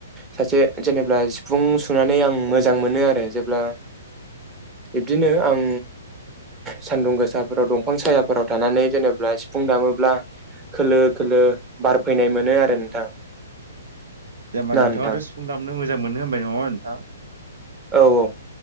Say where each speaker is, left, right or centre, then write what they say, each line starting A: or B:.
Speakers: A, on the right; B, on the right.
A: सासे जेनेब्ला सिफुं सुनानै आं मोजां मोनो आरो जेब्ला बिब्दिनो आं सान्दुं गोसाफोराव दंफां सायाफोराव थानानै जेनेबा सिफुं दामोब्ला खोलो खोलो बारफैनाय मोनो आरो नोंथां।
B: जेनेबा
A: ना
B: नोंथांआथ'
A: नोंथां
B: सिफुं दामनो मोजां मोनो होनबाय नङा होनबा नोंथां?
A: औ औ।